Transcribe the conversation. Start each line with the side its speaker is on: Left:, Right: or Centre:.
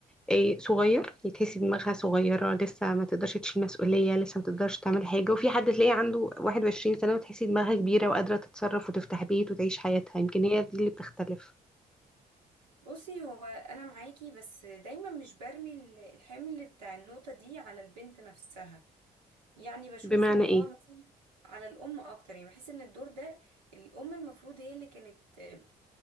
Centre: إيه صغير تحسي دماغها صغيرة لسه ما تقدرش تشيل مسؤولية لسه ما تقدرش تعمل حاجة وفي حد تلاقيه عنده 21 سنة وتحسي دماغها كبيرة وقادرة تتصرف وتفتح بيت وتعيش حياتها يمكن هي دي اللي بتختلف
Right: بصي هو انا معاكي بس دايما مش برمي ال- الحمل بتاع النقطة دي على البنت نفسها يعني بشوف
Centre: بمعنى
Right: ان هو
Centre: ايه
Right: مثلا على الام اكتر يعني بحس ان الدور ده الام المفروض هي اللي كانت آه،